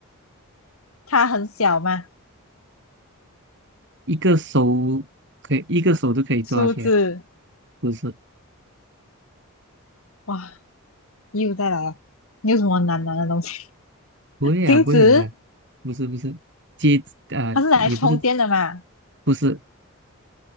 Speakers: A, on the left; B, on the right.
A: 它很小嘛，
B: 一个手可以一个手都可以抓起来，
A: 梳子。
B: 不是。
A: 哇，又再来了，你有什么难拿的东西？
B: 不会啊，
A: 镜子，
B: 不会很难，不是不是，接啊、
A: 它是拿来充电的嘛？
B: 也不是不是